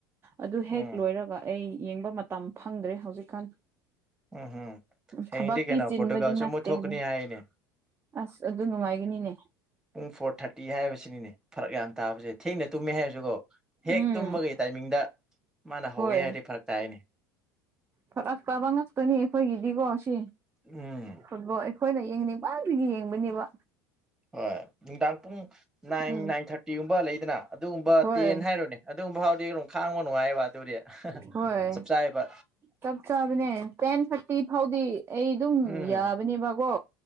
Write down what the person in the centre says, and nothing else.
ꯎꯝ
ꯎꯝ ꯍꯨꯝ ꯍꯌꯦꯡꯗꯤ
ꯀꯩꯅꯣ
ꯄꯣꯔꯇꯨꯒꯥꯜꯁꯨ
ꯃꯨꯛ ꯊꯣꯛꯀꯅꯤ
ꯍꯥꯏꯅꯦ
ꯄꯨꯡ ꯐꯣꯔ ꯊꯥꯔꯇꯤ ꯍꯥꯏꯕꯁꯤꯅꯤꯅꯦ ꯐꯔꯛ ꯌꯥꯝ ꯇꯥꯕꯁꯦ ꯊꯦꯡꯅ ꯇꯨꯝꯃꯦ ꯍꯥꯏꯔꯖꯨꯀꯣ ꯍꯦꯛ
ꯇꯨꯝꯕꯒꯤ ꯇꯥꯏꯃꯤꯡꯗ ꯃꯥꯅ
ꯍꯧꯋꯦ ꯍꯥꯏꯔꯗꯤ ꯐꯔꯛ ꯇꯥꯏꯅꯦ
ꯎꯝ
ꯍꯣꯏ ꯅꯨꯡꯗꯥꯡ ꯄꯨꯡ ꯅꯥꯏꯟ
ꯅꯥꯏꯟ ꯊꯥꯔꯇꯤꯒꯨꯝꯕ ꯂꯩꯗꯅ ꯑꯗꯨꯒꯨꯝꯕ
ꯇꯦꯟ ꯍꯥꯏꯔꯣꯅꯦ ꯑꯗꯨꯒꯨꯝꯕ ꯐꯥꯎꯗꯤ ꯑꯗꯨꯝ ꯈꯥꯡꯕ ꯅꯨꯡꯉꯥꯏꯑꯕ ꯑꯗꯨꯗꯤ
ꯆꯞ ꯆꯥꯏꯕ
ꯎꯝ